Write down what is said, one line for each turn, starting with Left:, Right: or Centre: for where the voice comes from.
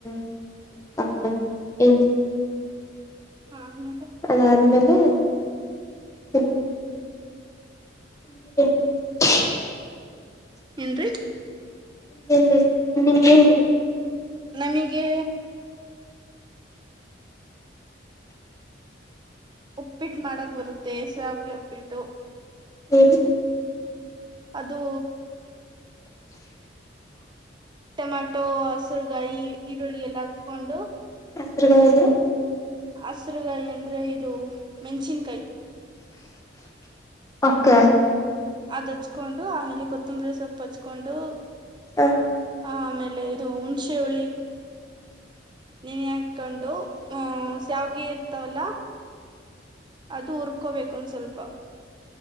Left: <unintelligible>
Right: ಹಾ ಮತ್ತ
Left: ಅದಾದ್ಮೇಲೆ ತಿನ್ಬೇಕು <unintelligible>
Right: ಏನ್ ರೀ
Left: ನಿಮಗೆೇನ್ ಬೇಕು ನಿಮ್ದೇನ್ ಬರ್ತು
Right: ನನಿಗೆ ಉಪ್ಪಿಟ್ಟು ಮಾಡಕ್ ಬರುತ್ತೆ ಸ್ಯಾವಿಗೆ ಉಪ್ಪಿಟ್ಟು
Left: ಹ್ಮ್
Right: ಅದು ಟೊಮಾಟೊ ಹಸರುಗಾಯಿ ಈರುಳ್ಳಿ ಎಲ್ಲ ಹಚ್ಕೊಂಡು
Left: ಹೆಸರುಗಂದ್ರ
Right: ಹಸರುಗಾಯಿ ಅಂದ್ರೆ ಇದು ಮೆಣಸಿನ್ಕಾಯಿ
Left: ಕೆ
Right: ಅದ್ ಹಚ್ಕೊಂಡು ಆಮೇಲೆ ಕೊತ್ತಂಬರಿ ಸೊಪ್ಪು ಹಚ್ಕೊಂಡು
Left: ಹ
Right: ಆ ಆಮೇಲೆ ಇದು ಹುಣಸೆ ಹುಳಿ ನೀನ್ ಹಾಕೊಂಡು ಹಹ ಶ್ಯಾವಗೆರ್ ತಲ ಅದು ಉರ್ಕೋಬೇಕು ಒಂದ್ ಸ್ವಲ್ಪ